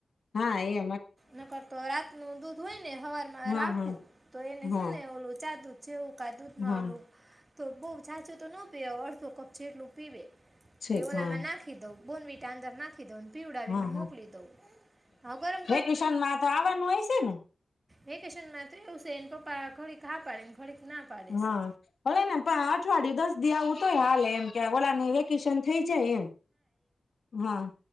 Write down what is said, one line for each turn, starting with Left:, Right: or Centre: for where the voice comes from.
Left: હા એ
Right: નકરતો રાત નું દૂધ હોય ને હવાર માં
Left: હા
Right: રાખવું
Left: હા
Right: તો એને
Left: હા
Right: છે ને ઓલું ચા દૂધ <inaudible> કાદૂમાંલું
Left: હા
Right: તો બહ સાચો તો ન પર્ તો કપચેટલું પીવે
Left: છેક
Right: તે ઓલામાં
Left: હા
Right: નાખી દઉ. બોન વિટાદરના પીડાવીને
Left: હા
Right: મોકલી દઉ હ ગરમ
Left: કિશન માં તો આવવાનું હોય છે ને
Right: વેકેશન માત્ર એવું છે. પપ્પા ઘડીક હા પાડે ને ઘડીક ના પાડે
Left: હા,
Right: છે
Left: ભલે ને અઠવાડિયું દસ. દી આવું તો હોય હાલે એમ કે ઓલા નું વેકેશન. થઇ જાય એમ હા.